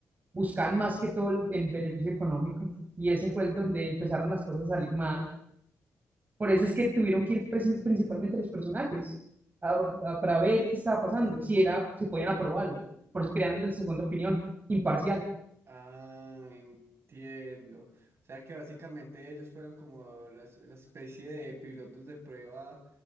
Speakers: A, on the right; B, on the right.
A: buscaban más que todo el, el beneficio económico. Y ese fue el donde empezaron las cosas a salir mal. Por eso es que tuvieron que ir presi- principalmente los personajes a- a- para ver qué estaba pasando, si era, si podían aprobarlo. Por eso crearon de segunda opinión, imparcial.
B: Ah, entiendo. O sea que básicamente ellos fueron como la, es- la especie de pilotos de prueba